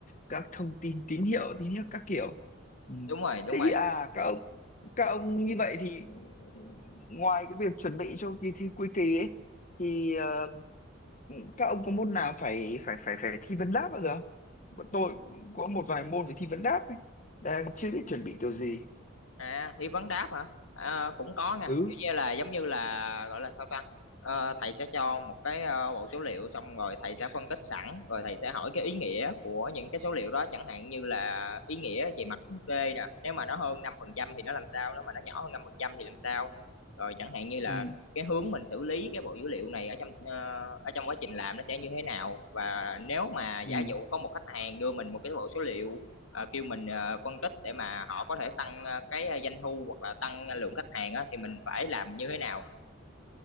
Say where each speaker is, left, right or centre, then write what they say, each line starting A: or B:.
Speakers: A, on the left (about 40°); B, on the left (about 85°).
A: các thông tin tín hiệu tín hiệu các kiểu. Ừ.
B: Đúng rồi, đúng
A: Thế
B: rồi.
A: thì à các ông các ông như vậy thì ngoài cái việc chuẩn bị cho kỳ thi cuối kỳ ấy thì ờ, các ông có môn nào phải phải phải phải thi vấn đáp bao giờ? không? Bọn tôi cũng có một vài môn phải thi vấn đáp ấy. Đang chưa biết chuẩn bị kiểu gì.
B: À, thi vấn đáp hả? À, cũng có nha,
A: Ừ.
B: kiểu như là giống như là gọi là sao ta? Ờ, thầy sẽ cho một cái ờ, bộ số liệu xong rồi thầy sẽ phân tích sẵn rồi thầy sẽ hỏi cái ý nghĩa của những cái số liệu đó chẳng hạn như là ý nghĩa về mặt thống kê nè, nếu mà nó hơn 5% thì nó làm sao, nếu mà nó nhỏ hơn 5% thì làm sao. Rồi chẳng hạn như là
A: Ừ.
B: cái hướng mình xử lý cái bộ dữ liệu này ở trong ờ, ở trong quá trình làm nó sẽ như thế nào và nếu mà giả
A: Ừ.
B: dụ có một khách hàng đưa mình một cái bộ số liệu ờ, kêu mình ờ, phân tích để mà họ có thể tăng ờ, cái ờ, doanh thu hoặc là tăng lượng khách hàng á, thì mình phải làm như thế nào